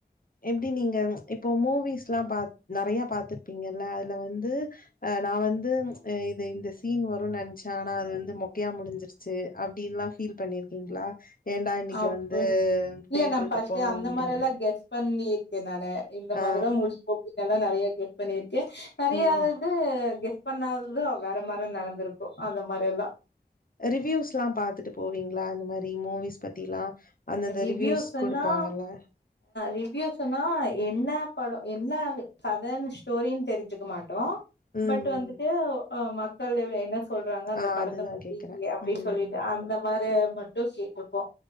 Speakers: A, on the left (about 55°); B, on the left (about 85°).
A: எப்டி நீங்க இப்போ மூவிஸ்லா பா நெறைய பாத்துருப்பீங்கல்ல அதுல வந்து அ நா வந்து ஆ இது இந்த சீன் வருனு நெனைச்சே ஆனா அது வந்து மொக்கையா முடிஞ்சிருச் சி அப்டின்ல்லா ஃபீல் பண்ணிருக்கீங்களா ஏன்டா இன்னைக்கு
B: அப்றோ
A: வந்து
B: இல்ல
A: தேட்டருக்கு
B: நா ஃபர்ஸ்ட்டே
A: போனோ
B: அந்த
A: அப்டின்னு
B: மாரில்லா கெஸ் பண்ணிருக்கே நானு இந்த
A: ஆ
B: மாரிதா முடிய போதுல்லா நெறைய கே பண்ணிருக்கே நெறைய
A: ம்
B: இது கேஷ் பண்ணாதது வேற மாரி நடந்திருக் கு அந்த மாரி எல்லா
A: ரிவ்யூஸ் எல்லா பாத்துட்டு போவீங்களா இந்த மாரி மூவிஸ் பத்தி எல்லா அந்தந்த
B: ரிவ்யூஸ்ன்னா
A: ரிவ்யூஸ் கொடுப்பாங்கள்ல
B: ரிவ்யூஸ்ன்னா என்ன படோ என்ன கதன்னு ஸ்டோரின்னு தெரிஞ்சுக்க மாட்டோ
A: ம்
B: பட்
A: ம்
B: வந்துட்டு மக்கள் எப்டி என்ன சொல்றாங்க அந்த
A: ஆ
B: படத்த
A: அதுதான்
B: பத்தி
A: கேக்குறேன்
B: அப்டி
A: ம்
B: சொல்லிட்டு அந்த மாரி மட்டு கேட்டுப்போ